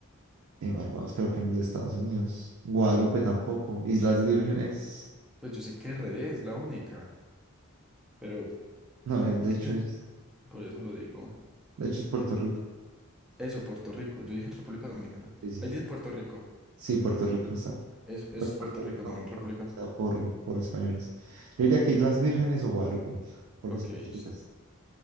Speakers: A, on the right; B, in the centre.
A: Eh, Barbados creo que no es de Estados Unidos. Guadalupe tampoco. Islas Vírgenes,
B: Pues yo sé que RD es la única, pero
A: no, eh, de
B: <laughs>
A: hecho es,
B: por eso lo digo.
A: de hecho es Puerto Rico.
B: Eso, Puerto Rico. Yo dije República Dominicana.
A: Sí, sí,
B: Ahí
A: sí,
B: dice Puerto Rico.
A: Sí, Puerto Rico está.
B: Eso, eso
A: Pero
B: es
A: Puerto
B: Puerto Rico,
A: Rico
B: no
A: fue
B: República.
A: colonizada por, por españoles. Yo diría que Islas Vírgenes o Guadalupe, porque
B: Ok,
A: son muy chiquitas.
B: sí,